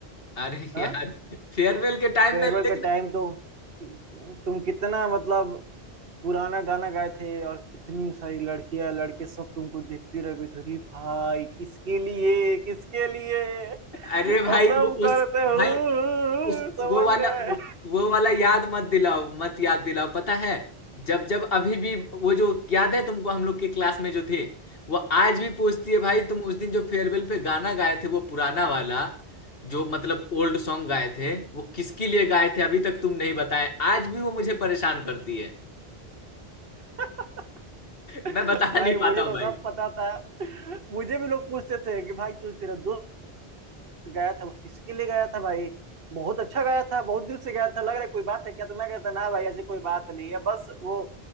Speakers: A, on the left (about 65°); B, on the right (about 65°).
A: अरे <laughs>
B: हाँ
A: यार फेयरवेल के टाइम
B: फेयरवेल
A: में लेकिन
B: का टाइम तो तुम कितना मतलब पुराना गाना गाए थे और कितनी सारी लड़कियां लड़के सब तुमको देखते रह गए थे अरे भाई किसके लिए किसके लिए अब
A: अरे भाई
B: सब
A: वो
B: करते
A: उस
B: हो
A: भाई उस
B: समझ
A: वो वाला
B: रहे
A: वो वाला याद मत दिलाओ मत याद दिलाओ पता है जब जब अभी भी वो जो याद है तुमको हम लोग के क्लास में जो थे वो आज भी पूछती है भाई तुम उस दिन जो फेयरवेल पे गाना गाए थे वो पुराना वाला जो मतलब ओल्ड सॉन्ग गाए थे वो किसके लिए गाए थे अभी तक तुम नहीं बताए आज भी वो मुझे परेशान करती है
B: <laughs>
A: मैं बता
B: भाई
A: नहीं
B: मुझे
A: पाता हूँ
B: तो
A: भाई
B: सब पता था मुझे भी लोग पूछते थे कि भाई तू तेरा दोस्त गया था वो किसके लिए गया था भाई बहुत अच्छा गया था बहुत दिल से गया था लग रहा है कोई बात है क्या तो मैं कहता ना भाई ऐसी कोई बात नहीं है बस वो